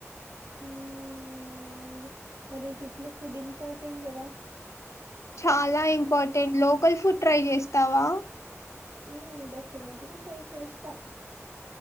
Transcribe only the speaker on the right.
మ్మ్ మరి ట్రిప్ లో ఫుడ్ ఇంపార్టెంట్ కదా
హ్మ్మ్ డెఫినెట్గా ట్రై చేస్తా